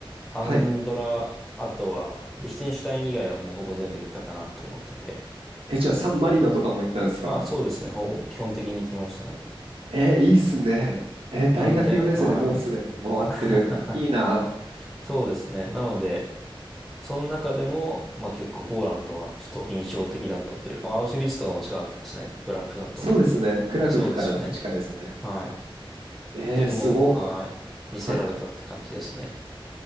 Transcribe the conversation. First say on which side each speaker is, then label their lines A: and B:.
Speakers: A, in the centre; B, on the right.
A: アンドラ、
B: はい。
A: あとは、リヒテンシュタイン以外はもうほぼ全部行ったかなと思ってて。
B: え、じゃあ、サンマリノとかも行ったんですか
A: あ、そうですね。ほぼ基本的に行きましたね。
B: え、いいっすね。え、大学4年生でもうすでに回ってる。
A: なんで、はい。<laughs>
B: いいな。
A: そうですね。なので、その中でも、まあ結構ポーランドがちょっと印象的だったというか、まあアウシュビッツとかも近かったですね、極楽だと。
B: そうですね。クラクフからだと近いですね。
A: そうですね。はい。
B: えー、
A: でも、
B: すご。
A: はい。
B: はい。
A: 見せられたって感じですね。